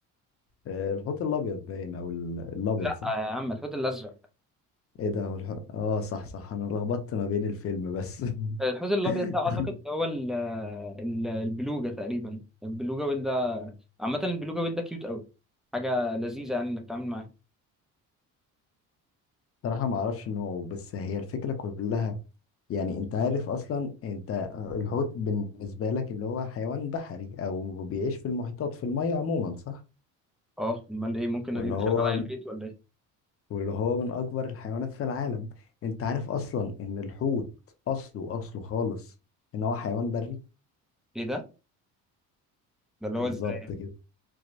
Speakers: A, on the left; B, in the centre.
A: آه، الحوت الابيض باين او ال- الابيض
B: لا
A: صح
B: يا عم الحوت الازرق
A: ايه ده هو الح- اه صح صح انا لخبطت ما بين الفيلم بس
B: الحوت الابيض
A: <laughs>
B: ده اعتقد هو ال- ال- البلوجه تقريبا البلوجه ويل ده عامه البلوجه ويل ده كيوت قوي حاجه لذيذه يعني انك تتعامل معاه
A: صراحة ما اعرفش نوعه بس هي الفكرة كلها يعني انت عارف اصلا انت آه، الحوت بالنسبة لك اللي هو حيوان بحري او بيعيش في المحيطات في المية عموما صح
B: اه امال ايه ممكن
A: وان
B: يدخل
A: هو
B: عليا البيت ولا ايه
A: واللي هو من اكبر الحيوانات في العالم انت عارف اصلا ان الحوت اصله اصله خالص ان هو حيوان بري
B: ايه ده ده اللي
A: بالظبط
B: هو ازاي يعني؟
A: كده